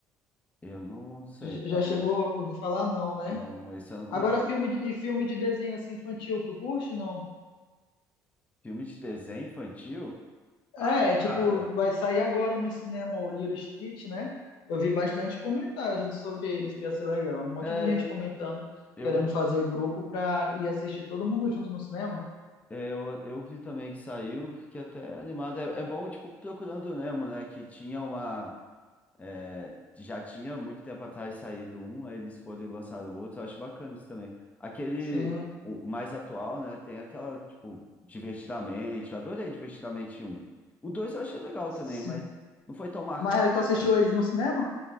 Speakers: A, on the left; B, on the left.
A: Eu não sei,
B: J- Já
A: não.
B: chegou a ouvir falar? Não, né?
A: Então, esse eu não conheço.
B: Agora, filme de- e filme de desenho assim infantil, tu curte, não?
A: Filme de desenho infantil? Ah,
B: É, é tipo,
A: cara,
B: vai sair agora no cinema o Lilo e Stitch, né? Eu vi bastante comentários sobre eles, que ia ser legal. Um monte
A: é,
B: de gente comentando,
A: eu,
B: querendo fazer grupo pra ir assistir todo mundo junto no cinema.
A: é, eu, eu vi também que saiu, fiquei até animado. É, é bom, tipo, Procurando Nemo, né? Que tinha uma. É, Já tinha muito tempo atrás saído um, aí eles foram e lançaram outro. Eu acho bacana isso também. Aquele,
B: Sim,
A: o mais atual, né? Tem aquela, tipo, Divertidamente. Eu adorei Divertidamente um O dois eu achei legal
B: sim.
A: também, mas não foi tão marcante,
B: Mas aí tu assistiu
A: sabe?
B: eles no cinema?